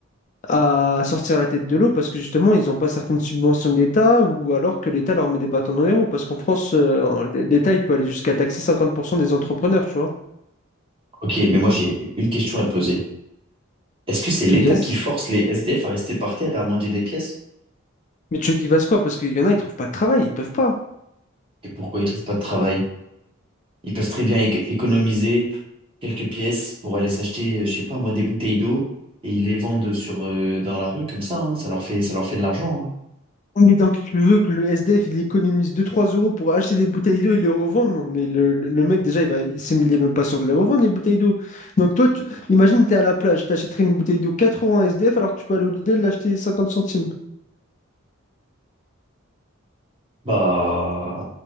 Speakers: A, on the left; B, on the right.
A: à, à sortir la tête de l'eau parce que justement, ils n'ont pas certaines subventions de l'État ou alors que l'État leur met des bâtons dans les roues. Parce qu'en France, euh, l'État, il peut aller jusqu'à taxer 50% des entrepreneurs, tu vois.
B: Ok, mais moi, j'ai une question à te poser. Est-ce que c'est l'État
A: Yes.
B: qui force les SDF à rester par terre et à manger des pièces?
A: Mais tu veux qu'ils fassent quoi? Parce qu'il y en a, ils trouvent pas de travail, ils peuvent pas.
B: Et pourquoi ils trouvent pas de travail? Ils peuvent très bien éc- économiser quelques pièces pour aller s'acheter, euh, je sais pas moi, des bouteilles d'eau et ils les vendent sur, euh, dans la rue comme ça, hein. ça leur fait, ça leur fait de l'argent. hein.
A: Mais donc tu veux que le SDF il économise deux trois euros pour acheter des bouteilles d'eau et les revendre? Non, mais le, le- le mec déjà il va, il s'est- il est même pas sûr de les revendre les bouteilles d'eau. Donc toi, tu, imagine t'es à la plage, t'achèterais une bouteille d'eau 4 euros en SDF alors que tu peux aller au Lidl l'acheter 50 centimes.
B: Bah,